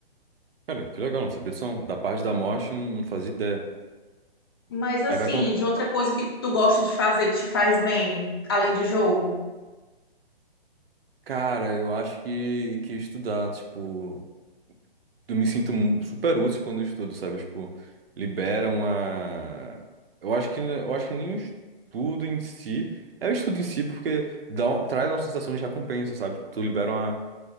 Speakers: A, on the right; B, on the left.
A: Cara, que legal, não sabia disso. não. Da parte da morte, não não fazia ideia.
B: Mas assim,
A: Aí vai com.
B: de outra coisa que tu gosta de fazer que te faz bem, além de jogo.
A: Cara, eu acho que, que ia estudar, tipo. eu me sinto mu- super útil quando eu estudo, sabe? Tipo, libera uma. Eu acho que eu acho que nem o estudo em si. É o estudo em si porque dá, um- traz uma sensação de recompensa, sabe? Tu libera uma.